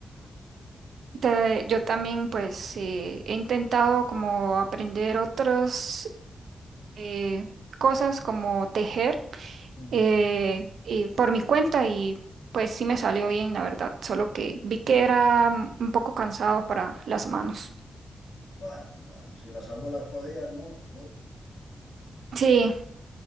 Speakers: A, on the right; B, on the left.
A: Te- yo también pues eh, he intentado como aprender otros eh, cosas como tejer
B: Mm.
A: eh, y por mi cuenta y pues sí me salió bien, la verdad, solo que vi que era mm, un poco cansado para las manos.
B: Bueno, va, si las abuelas podían, ¿no?
A: Sí,